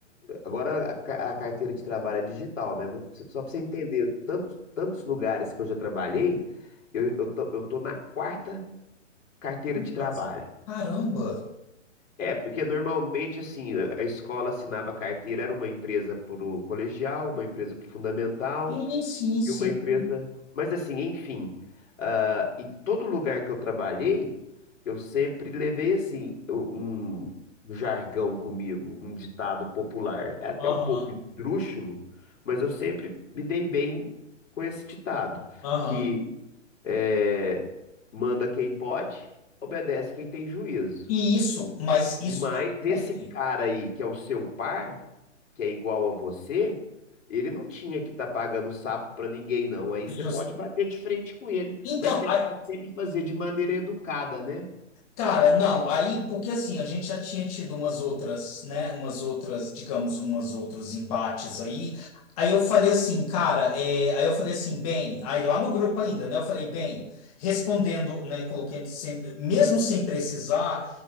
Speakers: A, on the left; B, on the left.
A: agora a, ca- a carteira de trabalho é digital, né? Só pra você entender, tantos, tantos lugares que eu já trabalhei, eu, eu tô, eu tô na quarta carteira de trabalho.
B: Mas, Caramba!
A: É, porque normalmente, assim, a a escola assinava carteira, era uma empresa para o colegial, uma empresa para o fundamental
B: Sim, sim, sim.
A: e uma empresa. Mas, assim, enfim, ah, em todo lugar que eu trabalhei, eu sempre levei, assim, eu- um jargão comigo, um ditado popular. É até
B: Aham,
A: um pouco esdrúxulo, mas eu sempre me dei bem com esse ditado,
B: aham.
A: que é, manda quem pode, obedece quem tem juízo.
B: E isso, mas
A: Mas
B: isso do
A: esse
B: chefe.
A: cara aí, que é o seu par, que é igual a você, ele não tinha que estar pagando sapo pra ninguém, não. Aí você
B: Jus-
A: pode bater de frente com ele,
B: Então,
A: mas tentar
B: aí-
A: sempre fazer de maneira educada, né?
B: cara, não, aí, porque assim, a gente já tinha tido umas outras, né, umas outras, digamos, umas outros embates aí. Aí eu falei assim, cara, é, aí eu falei assim, bem, aí lá no grupo ainda, né, eu falei, bem, respondendo, né, coloquei entre sem- mesmo sem precisar.